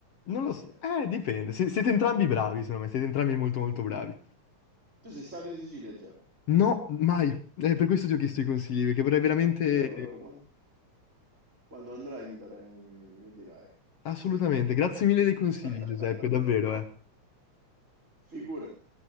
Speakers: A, on the right; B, on the left.
A: i
B: non
A: siciliani.
B: lo so, eh, dipende. Se- siete entrambi bravi, secondo me, siete entrambi molto molto bravi.
A: Tu sei stato in Sicilia già?
B: No, mai. Eh, per questo ti ho chiesto
A: Mm.
B: i consigli, perché vorrei veramente...
A: E allora quan- quando, andrai mi, dare- mi dirai se
B: Assolutamente.
A: ho ragione
B: Grazie mille
A: o no.
B: dei consigli,
A: <laughs>
B: Giuseppe, davvero, eh.
A: Figurati.